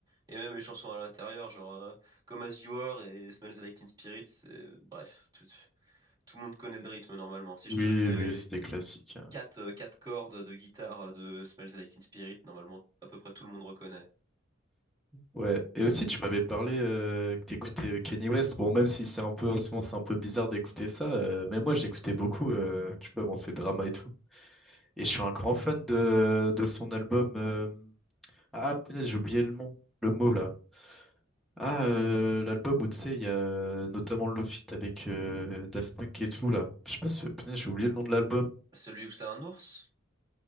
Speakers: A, on the right; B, in the centre.
A: Et même les chansons à l'intérieur, genre euh, Comme As You Are et Smells Like Teen Spirit, c'est... Bref, tout, tout le monde connaît le rythme normalement. Si
B: oui,
A: je te fais
B: oui,
A: les
B: c'était classique.
A: quatre, euh, quatre cordes de guitare euh, de Smells Like Teen Spirit, normalement à peu près tout le monde reconnaît.
B: Ouais, et aussi tu m'avais parlé euh, que t'écoutais Kenny West. Bon, même si c'est un peu en ce moment, c'est un peu bizarre d'écouter ça, euh, mais moi j'écoutais beaucoup, euh, tu peux bon, ces dramas et tout. Et je suis un grand fan de, de son album. euh, Ah, punaise, j'ai oublié le nom, le mot là. Ah, euh, l'album où tu sais, il y a euh, notamment le feat avec euh, Daft Punk et tout là. Je sais pas si, punaise, j'ai oublié le nom de l'album.
A: Celui où c'est un ours?